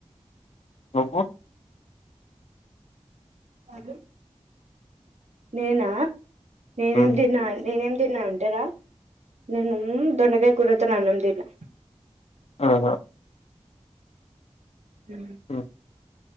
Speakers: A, on the left (about 65°); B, on the right (about 80°).
A: నువ్
B: అద నేనా నేనేంనేనేమ్
A: మ్మ్
B: తిన్నాది నా నేనేం తిన్నా అంటేరా నేను దొండగాయ కుడుతాను అన్నం తిన్నా
A: ఆహా
B: హ్
A: ఉమ్.